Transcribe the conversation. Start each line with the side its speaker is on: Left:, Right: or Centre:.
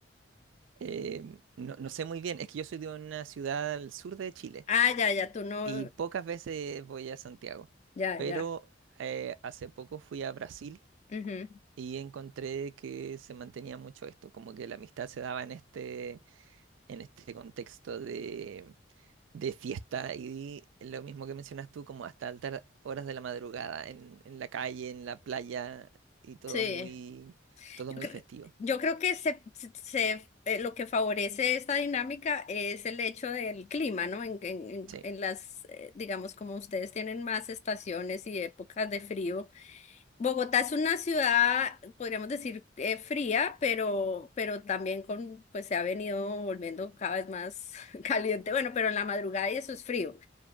Right: Eh, no, no sé muy bien, es que yo soy de una ciudad al sur de Chile
Left: Ah, ya, ya, tú no,
Right: y pocas veces voy a Santiago,
Left: ya,
Right: pero
Left: ya.
Right: eh, hace poco fui a Brasil
Left: ujú,
Right: y encontré que se mantenía mucho esto, como que la amistad se daba en este, en este contexto de, de fiesta y lo mismo que mencionas tú, como hasta altas horas de la madrugada, en, en la calle, en la playa y todo
Left: Sí.
Right: muy, todo muy
Left: Yo, creo
Right: festivo.
Left: yo creo que se, se, se- eh, lo que favorece esta dinámica es el hecho del clima, ¿no? En, en, en
Right: Sí,
Left: en las, eh, digamos, como ustedes tienen más estaciones y épocas de frío Bogotá es una ciudad, podríamos decir, eh, fría, pero, pero también con, pues se ha venido volviendo cada vez más <laughs> caliente. Bueno, pero en la madrugada y eso es frío,